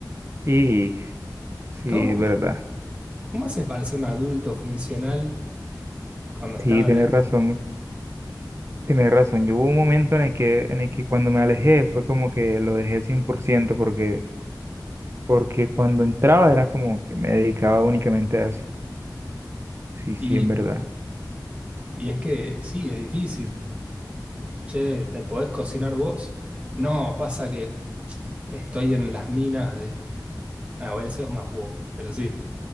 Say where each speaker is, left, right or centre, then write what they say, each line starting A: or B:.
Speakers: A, on the right; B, on the right.
A: Y sí,
B: ¿cómo,
A: es verdad,
B: cómo haces para ser un adulto funcional cuando está...
A: sí, tienes razón, tienes razón. Yo hubo un momento en el que, en el que cuando me alejé fue como que lo dejé cien por ciento porque, porque cuando entraba era como que me dedicaba únicamente a eso. Sí,
B: Y,
A: sí, es verdad.
B: y es que sí, es difícil. Che, ¿te podés cocinar vos? No, pasa que estoy en las minas de... Ah, bueno, eso es más wow, pero sí.